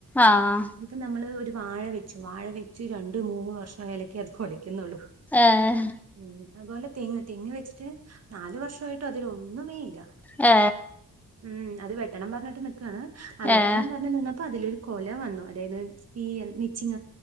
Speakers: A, in the centre; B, on the right.
A: ആഹ്
B: ഞ്ഞ്പ്പം നമ്മള് ഒര് വാഴ വെച്ചു വാഴ വെച്ച് രണ്ട് മൂന്ന് വർഷം ആയാലെക്ക അത് കൊല ക്ക്ന്നുള്ളൂ
A: ആഹ് ഏഹ്
B: ഉം അതുപോലെ തെങ്ങ് തെങ്ങ് വെച്ചിട്ട് നാല് വർഷായിട്ടും അതിലൊന്നുമേ ഇല്ല
A: ഏ
B: ഉം അത് വെട്ടണം പറഞ്ഞ്ട്ട് നിക്കാണ് ആ വെട്ടണം
A: ഏഹ്
B: പറഞ്ഞ് നിന്നപ്പം അതിലൊരു കൊല വന്നു അതായത് ഈ മിച്ചിങ്ങ